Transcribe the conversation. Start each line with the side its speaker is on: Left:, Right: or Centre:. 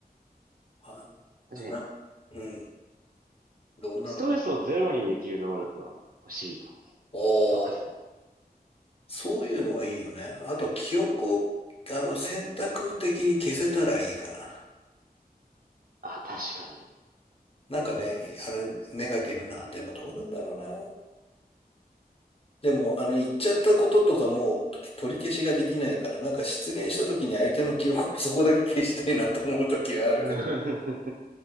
Left: まあ、
Right: 確かに、
Left: な、うん、どんなのが。
Right: ストレスをゼロにできる能力は欲しいかも。
Left: お
Right: 即座に。
Left: お、そういうのはいいよね。あと、記憶を、あの、選択的に消せたらいいかな。
Right: あ、確かに。
Left: なんかね、あの、ネガティブな、でもどうなんだろうな。でも、あの、言っちゃったこととかもう取り消しができないから、なんか失言した時に相手の記憶を <laughs> そこだけ消したいなと思う時はあるけど。
Right: うん <laughs> 確